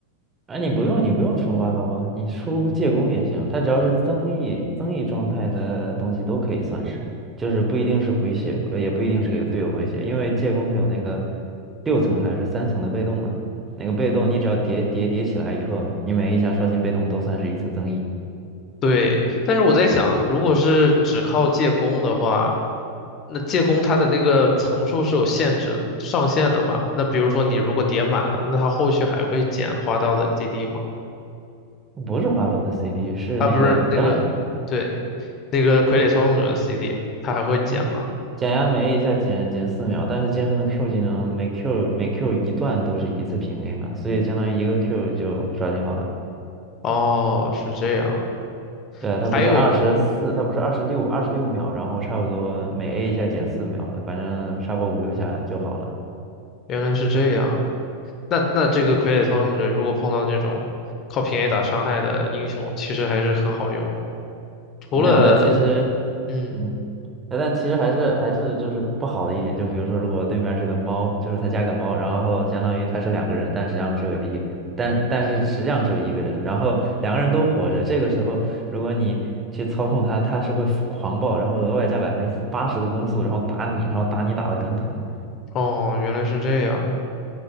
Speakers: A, on the right; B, on the left.
A: 哎，你不用，你不用出花刀啊，你出借弓也行，它只要是增益增益状态的东西都可以算是，就是不一定是回血，不也不一定是给队友回血，因为借弓它有那个六层还是三层的被动嘛，那个被动你只要叠叠叠起来以后，你每一下刷新被动都算是一次增益，
B: 对，但是我在想，如果是只靠借工的话，那借工它的那个层数是有限制、上限的嘛？那比如说你如果叠满了，那它后续还会减花刀的 CD 吗？
A: 不是花刀的 CD，是那个当然
B: 啊，不是那个，对，那个傀儡操纵者的 CD，它还会减吗？
A: 我减压没一下减减四秒，但是剑圣的 Q 技能每 Q 每 Q 一段都是一次平 A 嘛，所以相当于一个 Q 就刷新好了。
B: 哦，是这样，
A: 对啊，它不是二十四，
B: 还有
A: 它不是二十六，二十六秒，然后差不多每 A 一下减四秒，反正差不多五六下就好了。
B: 原来是这样，那那这个傀儡操纵者如果碰到那种靠平 A 打伤害的英雄，其实还是很好用的，除了
A: 没有，但其实，
B: 嗯。
A: 嗯，呃但其实还是还是就是不好的一点，就比如说如果对面是个猫，就是他加个猫，然后相当于他是两个人，但实际上只有一，但但是实际上只有一个人，然后两个人都活着，这个时候如果你去操控它，它是会狂暴，然后额外加百分之八十的攻速，然后打你，然后打你打得更疼。
B: 哦，原来是这样。